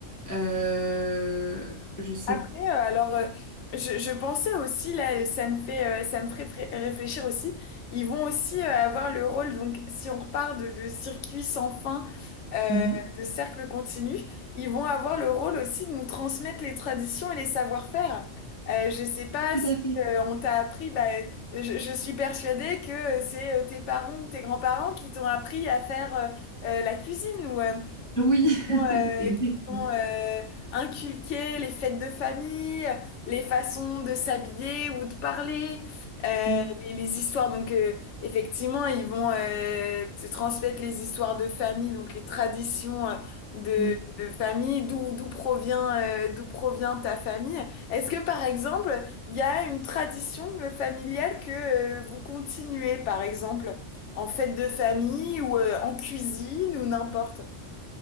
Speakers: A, on the left (about 30°); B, on the left (about 70°).
A: Euh, je sais.
B: Après, euh, alors, euh, je, je pensais aussi, là, ça me fait, euh, ça me ferait pré- réfléchir aussi, ils vont aussi euh, avoir le rôle, donc si on repart de, de circuit sans fin, euh,
A: Mhm.
B: de cercle continu, ils vont avoir le rôle aussi de nous transmettre les traditions et les savoir-faire. Euh, je sais pas
A: Tout
B: si
A: à fait.
B: euh, on t'a appris, bah, je, je suis persuadée que c'est euh, tes parents ou tes grands-parents qui t'ont appris à faire euh, euh, la cuisine ou, euh, ou
A: Oui,
B: qui
A: <laughs>
B: t'ont... euh, qui
A: exactement.
B: t'ont, euh, inculquer les fêtes de famille, les façons de s'habiller ou de parler, euh,
A: Mm,
B: les, les histoires. Donc, euh, effectivement, ils vont euh, te transmettre les histoires de famille, donc les traditions euh, de,
A: mm.
B: de famille, d'où d'où provient, euh, d'où provient ta famille. Est-ce que, par exemple, il y a une tradition euh, familiale que euh, vous continuez, par exemple, en fête de famille ou euh, en cuisine ou n'importe?